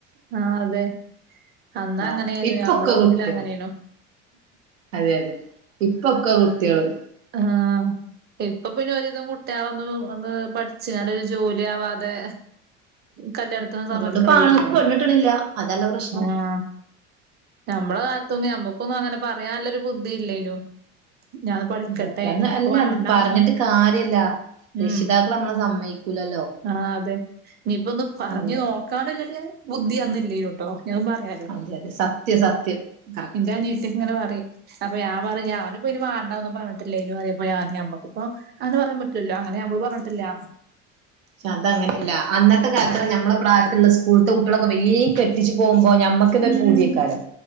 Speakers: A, on the right; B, on the right.
A: ആഹ് അതെ അന്ന്
B: ആഹ്
A: അങ്ങനെയ്നു
B: ഇപ്പൊക്കെ
A: നമ്മള്
B: കുട്ടികള്
A: ഇതില് അങ്ങനെയ്നു
B: അതെ അതെ ഇപ്പൊക്കെ കുട്ട്യാള്
A: ആഹ് ഇപ്പ പിന്നെ ഒരു വിധം കുട്ട്യാളൊന്നും ഒന്ന് പഠിച്ച്ങ്ങാണ്ട് ഒരു ജോലി ആവാതെ കല്യാണത് ത്തിന് സമ്മതിക്ക്ണില്ലല്ലോ
B: അതുകൊണ്ട് ഇപ്പ ആണുങ്ങൾക്ക് പെണ്ണിട്ടണില്ല അതല്ല പ്രശ്നം
A: ആഹ് നമ്മളെ കാല് ത്തൊന്നും നമ്മുക്കൊന്നും അങ്ങനെ പറയാല്ലൊരു ബുദ്ധിം ഇല്ലേയ്‌നു ഞാൻ പഠിക്കട്ടെ
B: സത്യം അന്ന്
A: ഇൻക്ക്പ്പ
B: അല്ല
A: വാണ്ടാന്നൊന്നും
B: പറഞ്ഞിട്ട് കാര്യല്ല
A: ഉം
B: രക്ഷിതാക്കൾ നമ്മളെ സമ്മതിക്കൂലല്ലോ
A: ആഹ് അതെ ഇനിപ്പൊ ഒന്ന് പർഞ്ഞ്
B: അതെ
A: നോക്ക് ക്കാനുല്ലൊര് ബുദ്ധി അന്ന് ഇല്ലേനു ട്ടോ ഞഅ പറയാനും
B: അതെ അതെ സത്യം സത്യം കറക്റ്റാ
A: ഇന്റെ അനിയത്തിക്ക ഇങ്ങനെ പറിം അപ്പൊ ഞാൻ പറിം ഞാനും ഇപ്പൊഅയിന് വാണ്ടാ ഒന്നും പറഞ്ഞിട്ടില്ലേയ്നു അതെ പോലെ ആദ്യം നമ്മക്കും ഇപ്പൊ അങ്ങനെ പറയാൻ പറ്റ്ലല്ലോ അന്ന് നമ്മള് പറഞ്ഞിട്ടില്ല
B: ശെ അത് അങ്ങനെയല്ല അന്നത്തെ കാലത്ത്റ നമ്മളെ പ്രായത്തില്ള്ള സ്കൂള്ത്തെ കുട്ട്യാളൊക്കെ വേഗം കെട്ടിച്ചു പോകുമ്പോ നമ്മക് ക്കന്നെ
A: ഉം
B: ഒരു പൂതേക്കാരം